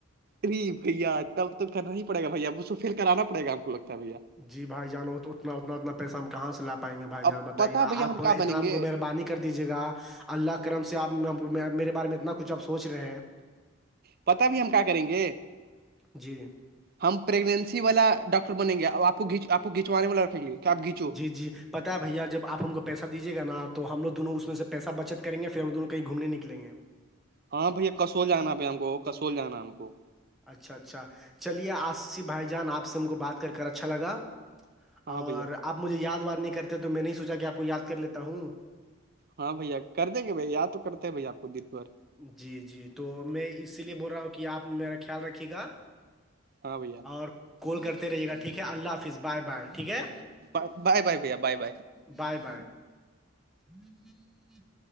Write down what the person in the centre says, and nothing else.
جی بھائی جان اتنا اتنا اتنا پیسہ ہم کہاں سے لا پائیں گے بھائی جان
بتائیےا
آپ
اتنا
مہربانی کر دیجیے گا اللہ کرم سے آپ میرے بارے میں اتنا کچھ آپ سوچ رہے ہیں
جی
جی جی پتا ہے بھیا جب آپ ہم کو پیسہ دیجیے گا تو ہم لو دونوں اس میں سے پیسہ بچت کریں گے پھر ہم دونوں کہیں گھوم نکیں گے
اچھا اچھا چلیے آصف بھائی جان آپ سے ہم کو بات کر کر اچھا لگا
اور
آپ مجھے یاد وار نہیں کرتے تو میں نہیں سوچا کہ آپ کو یاد کر لیتا ہوں
جی جی تو میں اسی لیے بول رہا ہوں کہ آپ میرا خیال رکھیے گا
اور کال کرتے رہیے گا ٹھیک ہے اللہ حافظ بائے بائے ٹھیک ہے
بائے بائے ہوں <unintelligible>